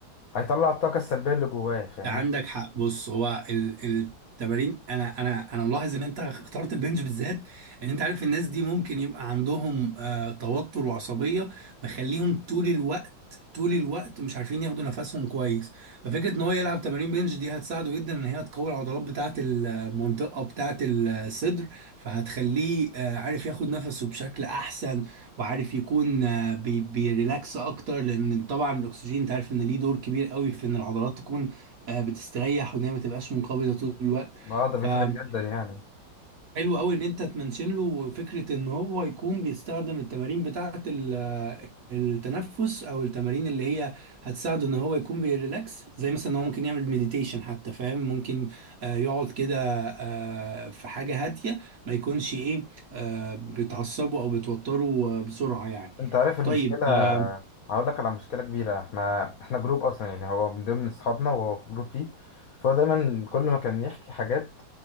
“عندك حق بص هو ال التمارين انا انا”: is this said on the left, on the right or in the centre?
Right